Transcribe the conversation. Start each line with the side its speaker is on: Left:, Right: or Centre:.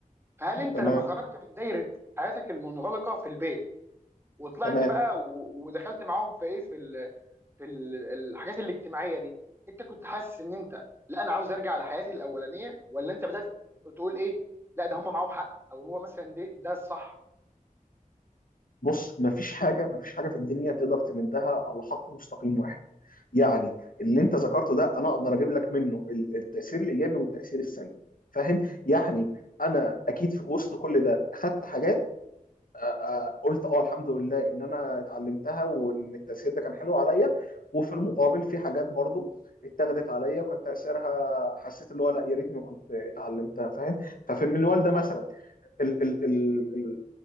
Right: فهل انت
Left: تمام
Right: لما خرجت من دايره حياتك المنغلقه في البيت وطلعت
Left: تمام
Right: بقى و... ودخلت معاهم في ايه في ال... في ال- الحاجات الاجتماعيه دي انت كنت حاسس ان انت لا انا عاوز ارجع لحياتي الاولانيه ولا انت بدات تقول ايه لا ده هم معاهم حق او هو مثلا ده ده الصح
Left: بص مفيش حاجة مفيش حاجة في الدنيا تقدر تمدها على خط مستقيم واحد يعني اللي انت ذكرته ده انا اقدر اجيب لك منه ال- التاثير الايجابي والتاثير السلبي فاهم يعني انا اكيد في وسط كل ده اخدت حاجات آه، آه، قلت اه الحمد لله ان انا اتعلمتها وان التاثير ده كان حلو عليا وفي المقابل في حاجات برضو اتاخدت عليا وكان تاثيرها حسيت اللي هو لا يا ريتني ما كنت اتعلمتها فاهم ففي المنوال ده
Right: اه
Left: مثلا ال- ال- ال- ال-